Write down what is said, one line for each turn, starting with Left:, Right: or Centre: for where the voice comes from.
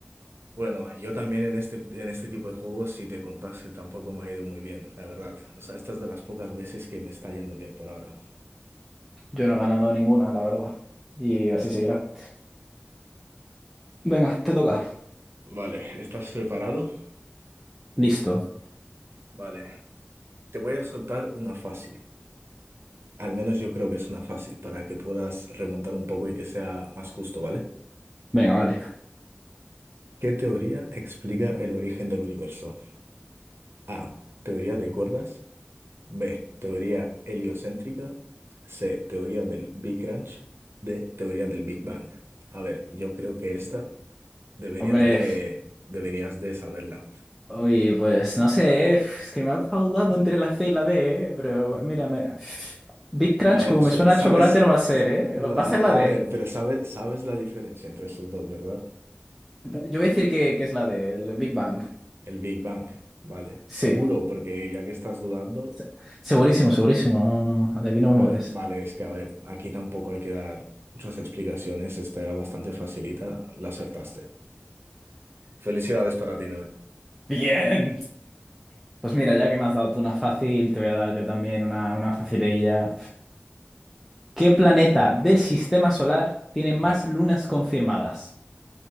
Right: Bueno, yo también en este, en este tipo de juegos, si te contase, tampoco me ha ido muy bien, la verdad. O sea, estas de las pocas veces que me está yendo bien por ahora.
Centre: Yo no he ganado ninguna, la verdad. Y así seguirá. Venga, te toca.
Right: Vale, ¿estás preparado?
Centre: Listo.
Right: Vale, te voy a soltar una fácil. Al menos yo creo que es una fácil, para que puedas remontar un poco y que sea más justo, ¿vale?
Centre: Venga, vale.
Right: ¿Qué teoría explica el origen del universo? A. Teoría de cuerdas. B. Teoría heliocéntrica. C. Teoría del Big Crunch. D. Teoría del Big Bang. A ver, yo creo que esta deberías
Centre: Hombre,
Right: de,
Centre: f-
Right: deberías de saberla.
Centre: uy, pues no sé, eh, f- es que me ha dejado dudando entre la C y la D, eh, pero mírame. Big Crunch,
Right: A ver,
Centre: como
Right: su-
Centre: me suena
Right: sabes,
Centre: a chocolate,
Right: eh,
Centre: no va a ser,
Right: s-
Centre: ¿eh?
Right: no,
Centre: Va
Right: a
Centre: a ser la D.
Right: a ver, pero sabes, sabes la diferencia entre esos dos, ¿verdad?
Centre: Yo voy a decir que, que es la D, el Big Bang.
Right: El Big Bang, vale.
Centre: Sí,
Right: Seguro, porque ya que estás dudando,
Centre: se- segurísimo, segurísimo. No, no, de aquí no
Right: vale,
Centre: me mueves.
Right: vale, es que a ver, aquí tampoco hay que dar muchas explicaciones. Esta era bastante facilita, la acertaste. Felicidades para ti, Noé.
Centre: Bien. Pues mira, ya que me has dado tú una fácil, te voy a dar yo también una, una facililla. ¿Qué planeta del sistema solar tiene más
Right: Vale.
Centre: lunas confirmadas?